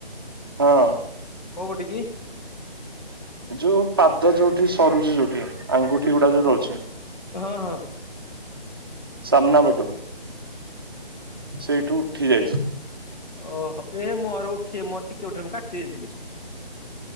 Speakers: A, on the right (about 25°); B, on the left (about 50°).
A: ହଁ
B: କୋଉ ପଟେ କି
A: ଯୋଉ ପାଦ ଯୋଉଠି ସରୁଚି ଯୋଉଠି, ଆଙ୍ଗୁଠି ଗୁଡା ଯୋଉଠି ରହୁଚି।
B: ହଁ ହଁ।
A: ସାମ୍ନା ପଟୁ ସେଇଠୁ ଉଠି ଯାଇଛି।
B: ଓହୋ ଏ ମୋର ଉଠେ ମୋର ଟିକେ ଉଠିଲେ ମୁଁ କାଟି ଦେଇଥିଲି।